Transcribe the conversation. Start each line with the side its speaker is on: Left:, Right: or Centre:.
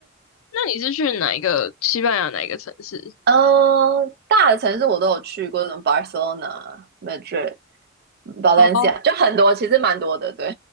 Left: 那你是去哪一个西班牙哪一个城市？
Right: <laughs> 嗯，大的城市我都有去过，什么 Barcelona、Madrid、Valencia，
Left: 哦，
Right: 就很多，其实蛮多的，对，